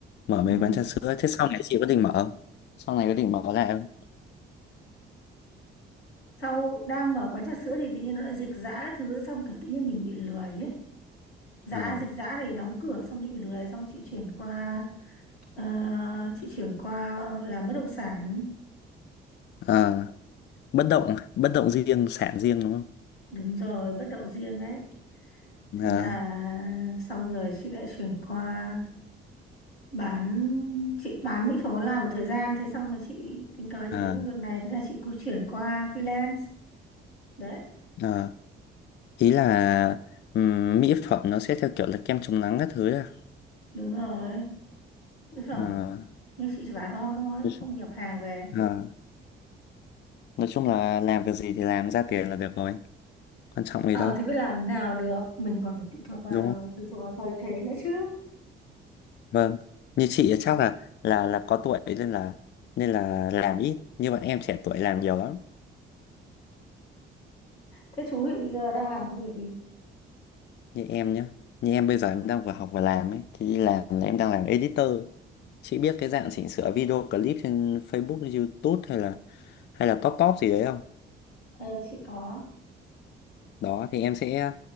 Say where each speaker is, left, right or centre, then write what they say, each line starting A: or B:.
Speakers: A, on the left; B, on the left.
A: mở
B: Ừ.
A: mấy quán trà sữa. Thế sau này chị có định mở không? Sau này có định mở lại không?
B: Sau đang mở quán trà sữa thì tự nhiên nó lại dịch giã thứ xong kiểu tự nhiên mình bị lười ấy. dã
A: À,
B: dịch dã thì đóng cửa xong bị lười xong chị chuyển qua ờ, chị chuyển qua làm bất động sản
A: à, bất động, bất động riêng, sản riêng đúng không?
B: đúng rồi bất động riêng đấy thế
A: À,
B: là xong rồi chị lại chuyển qua bán chị bán mỹ phẩm online một thời gian thế xong rồi chị tình cờ chị
A: à,
B: thấy công việc này thế là chị cũng chuyển qua freelance đấy
A: à. ý là ừm, mỹ phẩm nó sẽ theo kiểu là kem chống nắng các thứ à
B: đúng rồi mỹ phẩm
A: Ờ,
B: nhưng chị chỉ bán on thôi
A: nói
B: không
A: chung
B: nhập hàng về
A: ờ, nói chung là làm việc gì thì làm ra tiền là được rồi quan trọng gì
B: ờ
A: đâu
B: thì biết làm nào được mình còn phải tùy thuộc vào
A: đúng không
B: tùy thuộc vào thời thế nữa chứ
A: vâng như chị thì chắc là là là có tuổi nên là nên là làm ít như bọn em trẻ tuổi làm nhiều lắm
B: Thế chú bị bây giờ đang làm công việc gì?
A: như em nhá như em bây giờ em đang vừa học vừa làm ấy thì đi làm là em đang làm editor chị biết cái dạng chỉnh sửa video clip trên Facebook YouTube hay là hay là top top gì đấy không
B: Ờ, chị có.
A: đó thì em sẽ